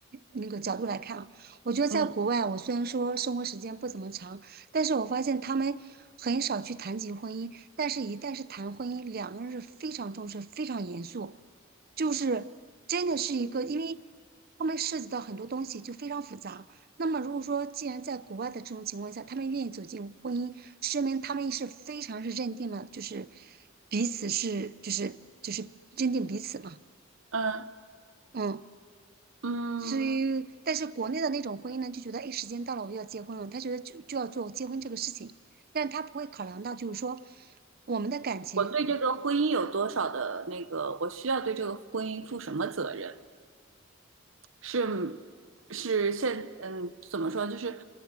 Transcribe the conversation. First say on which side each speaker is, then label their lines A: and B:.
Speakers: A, on the right; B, on the right.
A: 那个角度来看啊，我觉得在国外，
B: 嗯
A: 我虽然说生活时间不怎么长，但是我发现他们很少去谈及婚姻，但是一旦是谈婚姻，两个人是非常重视、非常严肃。就是真的是一个，因为后面涉及到很多东西，就非常复杂。那么如果说既然在国外的这种情况下，他们愿意走进婚姻，说明他们是非常是认定了，就是彼此是就是就是认定彼此嘛，
B: 嗯
A: 嗯。
B: 嗯。
A: 所以，但是国内的那种婚姻呢，就觉得哎，诶时间到了，我要结婚了，他觉得就就要做结婚这个事情，但是他不会考量到就是说我们的感情。
B: 我对这个婚姻有多少的那个，我需要对这个婚姻负什么责任？是是现嗯，怎么说？就是